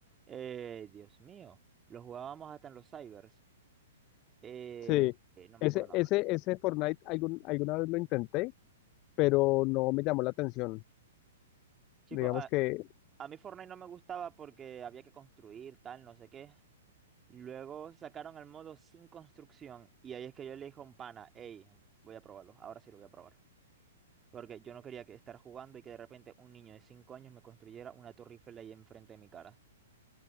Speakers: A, on the right (about 20°); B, on the left (about 40°).
A: Eh, Dios mío, lo jugábamos hasta en los cybers. Eh,
B: Sí,
A: eh, no
B: ese,
A: me acuerdo el nombre.
B: ese, ese Fortnite algún, alguna vez lo intenté, pero no me llamó la atención.
A: Chicos,
B: Digamos
A: a,
B: que,
A: a mí Fortnite no me gustaba porque había que construir, tal, no sé qué. Luego sacaron el modo sin construcción y ahí es que yo le dije a un pana, hey, voy a probarlo, ahora sí lo voy a probar. Porque yo no quería que estar jugando y que de repente un niño de 5 años me construyera una torre Eiffel ahí enfrente de mi cara.